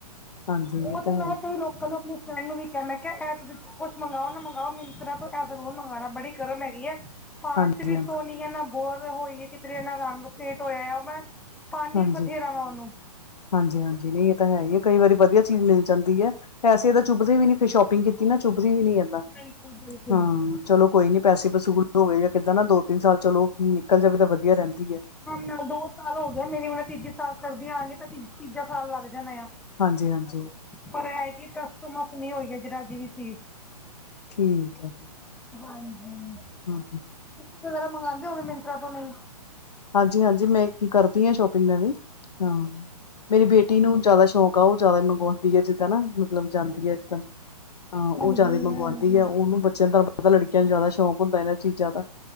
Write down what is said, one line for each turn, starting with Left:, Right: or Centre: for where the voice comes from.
Left: ਹਾਂਜੀ
Centre: ਉਹ
Left: ਇਹ
Centre: ਤਾਂ
Left: ਹੈ
Centre: ਮੈਂ
Left: ਹੀ।
Centre: ਕਈ ਲੋਕਾਂ ਨੂੰ ਆਪਣੀ ਫਰੈਂਡ ਨੂੰ ਵੀ ਕਿਹਾ ਮੈਂ ਕਿਹਾ, ਇਹ ਤੁ ਕੁੱਛ ਮੰਗਵਾਓ ਨਾ ਮੰਗਗਾਓ, ਮਿੰਤਰਾ ਤੋਂ ਐ ਜ਼ਰੂਰ ਮੰਗਉਣਾ, ਬੜੀ ਗਰਮ ਹੈਗੀ ਆ। ਪਾ
Left: ਹਾਂਜੀ
Centre: 'ਚ ਵੀ
Left: ਹਾਂਜੀ
Centre: ਸੋਹਣੀ ਹੈ ਨਾ ਬੋਰ ਹੋਈ ਹੈ, ਕਿਧਰੇ ਇਹਨਾ ਰੰਗ ਫੇਟ ਹੋਇਆਂ ਆ, ਉਹ ਮੈਂ ਪਾਣੀ
Left: ਹਾਂਜੀ-
Centre: ਵੀ ਬਥੇਰਾ ਵਾ ਉਹਨੂੰ
Left: ਹਾਂਜੀ- ਹਾਂਜੀ, ਨਹੀਂ ਇਹ ਤਾਂ ਹੈ ਹੀ ਐ, ਕਈ ਵਾਰੀ ਵਧੀਆ ਚੀਜ਼ ਮਿਲ ਜਾਂਦੀ ਐ। ਪੈਸੇ ਤਾਂ ਚੁਭਦੇ ਵੀ ਨੀ ਫੇ ਸ਼ੋਪਿੰਗ ਕੀਤੀ ਨਾ, ਚੁੱਭਦੀ ਵੀ ਨੀ ਏਦਾ,
Centre: ਬਿਲਕੁਲ ਬਿਲਕੁਲ
Left: ਹਾਂ। ਚਲੋ, ਕੋਈ ਨੀ ਪੈਸੇ- ਪਸੂ ਹੋਵੇ ਜਾਂ ਕਿੱਦਾਂ ਨਾ ਦੋ- ਤਿੰਨ ਸਾਲ ਚਲੋ, ਨਿਕਲ ਜਾਵੇ ਤਾਂ ਵਧੀਆ ਰਹਿੰਦੀ। ਹੈ।
Centre: ਨਾਲ ਦੋ ਸਾਲ ਹੋ ਗਏ ਮੇਰੀ ਹੁਣ ਤੀਜੇ ਸਾਲ ਸਰਦੀ ਆਂਗੇ ਤਾਂ, ਤ ਤੀਜਾ ਸਾਲ ਲੱਗ ਜਾਣਾ ਆ।
Left: ਹਾਂਜੀ- ਹਾਂਜੀ।
Centre: ਪਰ ਐ ਜ ਤਸ ਤੋ ਮਸ ਨਹੀ ਆਪਣੀ ਹੋਈ ਹੈ ਜਰਾ ਜੀ ਵੀ ਚੀਜ਼।
Left: ਠੀਕ ਹੈ।
Centre: ਹਾਂਜੀ। ਤੁਸੀਂ
Left: ਹਾਂ
Centre: ਵਗੈਰਾ ਮੰਗਵਾਉਂਦੇ ਹੋਗੇ ਮਿੰਤਰਰਾ ਤੋਂ ਨਹੀਂ।
Left: ਹਾਂਜੀ- ਹਾਂਜੀ ਮੈਂ ਕਰਦੀ ਹਾਂ। ਸ਼ੋਪਿੰਗ ਮੈਂ ਵੀ ਹਾਂ। ਮੇਰੀ ਬੇਟੀ ਨੂੰ ਜਿਆਦਾ ਸ਼ੌਕ ਉਹ ਜ਼ਿਆਦਾ ਮੰਗਵਾਉਂਦੀ ਹੈ ਜਿੱਦਾਂ ਨਾ। ਮਤਲਬ ਜਾਂਦੀ ਹੈ। ਇਏਦਾਂ ਅਹ ਉਹ
Centre: ਹਾਂਜੀ
Left: ਜਾਂਦਾ ਮੰਗਵਾਉਂਦੀ
Centre: ਹਾਂਜੀ
Left: ਹੈ। ਉਹਨੂੰ ਬੱਚਿਆਂ ਦਾਰ ਪਤਾ ਲੜਕੀ ਨੂੰ ਜ਼ਿਆਦਾ ਸ਼ੌਂਕ ਹੁੰਦਾ ਇਹਨਾਂ ਚੀਜ਼ਾਂ ਦਾ।